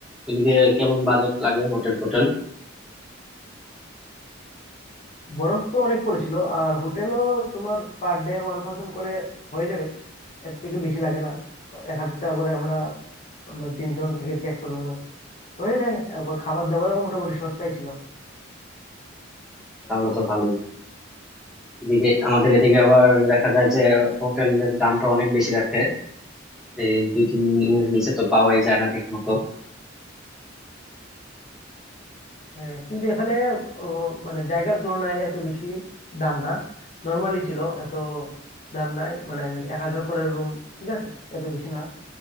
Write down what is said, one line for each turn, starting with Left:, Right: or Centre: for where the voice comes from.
Centre: এদিকে কেমন বাজেট লাগে হোটেল টোটেল
Left: বরফ তো অনেক পড়েছিল আর হোটেলও তোমার পার ডে ওয়ান থাউজেন্ড করে হয়ে যাবে এর থেকে বেশি লাগে না এক হাজার টাকা করে আমরা আমরা তিনজন থেকেছি একটা রুমে হয়ে যায় তারপর খাবার দাবারও মোটামুটি সস্তাই ছিল
Centre: তাহলে তো ভালোই এদিকে আমাদের এদিকে আবার দেখা যায় যে হোটেলের দামটা অনেক বেশি রাখে এই দুই তিন এর নিচে তো পাওয়াই যায় না ঠিক মতো
Left: হ্যাঁ কিন্তু এখানে ও, মানে জায়গার তুলনায় এত বেশি দাম না নর্মালি ছিল এত দাম নাই মানে এক হাজার করে রুম ঠিক আছে এত বেশি না